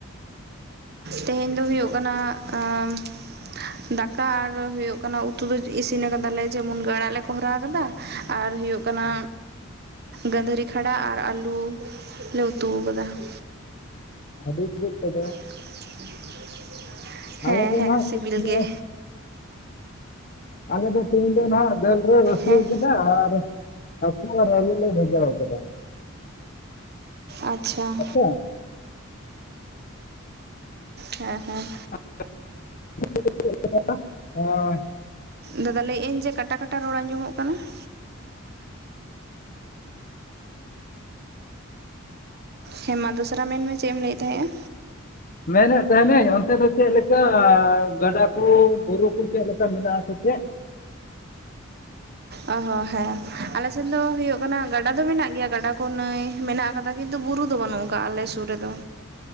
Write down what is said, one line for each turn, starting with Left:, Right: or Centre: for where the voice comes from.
Right: ᱛᱮᱦᱮᱧ ᱫᱚ ᱦᱩᱭᱩᱜ ᱠᱟᱱᱟ ᱾ ᱫᱟᱠᱟ ᱟᱨ ᱦᱩᱭᱩᱜ ᱠᱟᱱᱟ ᱩᱛᱩ ᱫᱚ ᱤᱥᱤᱱ ᱠᱟᱫᱟᱞᱮ ᱡᱮᱢᱚᱱ ᱜᱟᱲᱟᱜ ᱞᱮ ᱠᱚᱨᱟᱣ ᱠᱟᱫᱟ ᱟᱨ ᱦᱩᱭᱩᱜ ᱾ ᱠᱟᱱᱟ ᱜᱟᱹᱫᱷᱟᱹᱨᱤ ᱠᱷᱟᱰᱟ ᱟᱨ ᱟᱞᱩ ᱞᱮ ᱩᱛᱩ ᱟᱠᱟᱫᱟ ᱾
Left: ᱟᱫᱚᱤᱥ ᱵ ᱛᱚᱵ <inaudible>
Right: <unintelligible>
Left: ᱟᱞᱮ ᱫᱚ
Right: ᱦᱮᱸ
Left: ᱱᱟᱦᱟᱜ
Right: ᱥᱤᱵᱤᱞ
Left: ᱛᱮᱦᱤᱧ ᱫᱚ
Right: ᱜᱮ
Left: <inaudible> ᱟᱞᱮ ᱫᱚ ᱛᱮᱦᱤᱧ ᱫᱚ ᱱᱟᱦᱟᱜ ᱾ ᱫᱟᱹᱞ ᱨᱮ ᱨᱟᱹᱥᱩ
Right: ᱦᱮᱸ
Left: ᱠᱟᱫᱟ ᱟᱨ ᱦᱟᱹᱠᱩᱟᱨ ᱟᱞᱩ ᱞᱮ ᱵᱟᱡᱟᱣ ᱟᱠᱟᱫᱟ ᱾
Right: ᱟᱪᱷᱟ ᱾
Left: ᱟᱪᱪᱷᱟ
Right: ᱦᱮᱸ ᱦᱮᱸ᱾
Left: <unintelligible> ᱦ <inaudible>
Right: ᱫᱟᱫᱟ ᱞᱟᱹᱭᱮᱫ ᱟᱹᱧ ᱡᱮ ᱠᱟᱴᱟ ᱠᱟᱴᱟ ᱨᱚᱲ ᱟᱸᱡᱚᱢᱚᱜ ᱠᱟᱱᱟ ᱾ ᱦᱮᱸ ᱢᱟ ᱫᱚᱥᱨᱟ ᱢᱮᱱ ᱢᱮ ᱪᱮᱜ ᱮᱢ ᱞᱟᱹᱭᱮᱫ ᱛᱟᱦᱮᱸᱜᱼᱟ?
Left: ᱢᱮᱱᱮᱫ ᱛᱟᱦᱮᱱᱟᱹᱧ ᱚᱱᱛᱮ ᱫᱚ ᱪᱮᱫ ᱞᱮᱠᱟ ᱜᱟᱰᱟ ᱠᱚ ᱵᱩᱨᱩ ᱠᱚ ᱪᱮᱫ ᱞᱮᱠᱟ ᱢᱮᱱᱟᱜ ᱟᱥᱮ ᱪᱮᱫ?
Right: <inaudible> <inaudible> ᱚᱦᱚ ᱦᱮᱸ ᱟᱞᱮ ᱥᱮᱱ ᱫᱚ ᱦᱩᱭᱩᱜ ᱠᱟᱱᱟ ᱜᱟᱰᱟ ᱫᱚ ᱢᱮᱱᱟᱜ ᱜᱮᱭᱟ ᱜᱟᱰᱟ ᱠᱚ ᱱᱟᱹᱭ ᱢᱮᱱᱟᱜ ᱟᱠᱟᱫ ᱫᱟᱜ ᱠᱤᱱᱛᱩ ᱵᱩᱨᱩ ᱫᱚ ᱵᱟᱹᱱᱩᱜ ᱟᱠᱟᱜᱼᱟ ᱟᱞᱮ ᱥᱩᱨ ᱨᱮ ᱫᱚ᱾ <inaudible>